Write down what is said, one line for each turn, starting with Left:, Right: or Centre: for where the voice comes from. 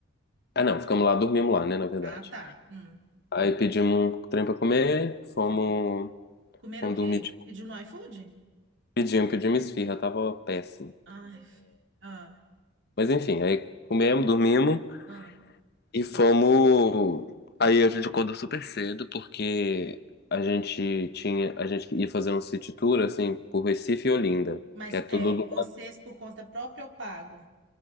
Left: Ah, não, ficamos lá, dormimos lá, né, na verdade.
Right: Ah, tá. Hum,
Left: Aí pedimos um trem pra comer, fomos,
Right: sei. Comer
Left: fomos
Right: o quê?
Left: dormir, tipo,
Right: Pediu no iFood?
Left: pedimos, pedimos esfirra, tava péssimo.
Right: Ai, ah,
Left: Mas enfim, aí comemos, dormimos
Right: ah.
Left: e fomos. Aí a gente acordou super cedo porque a gente tinha, a gente ia fazer um city tour assim por Recife e Olinda,
Right: Mas
Left: que é tudo
Right: é, vocês por conta própria eu pago.